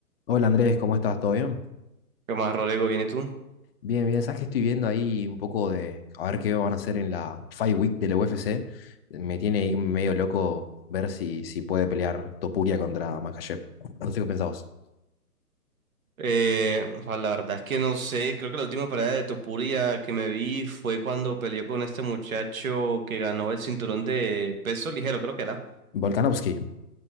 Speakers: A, on the left; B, on the right.
A: Hola Andrés, ¿cómo estás? ¿Todo bien?
B: ¿Qué más, Rodrigo? ¿Vienes tú?
A: Bien, bien. Sabes que estoy viendo ahí un poco de a ver qué van a hacer en la Fight Week de la UFC. Me tiene ahí medio loco ver si, si puede pelear Topuria contra Makhachev. No sé qué pensabas.
B: Eh, ojalá, la verdad es que no sé, creo que la última pelea de Topuria que me vi fue cuando peleó con este muchacho que ganó el cinturón de peso ligero, creo que era.
A: Volkanovski.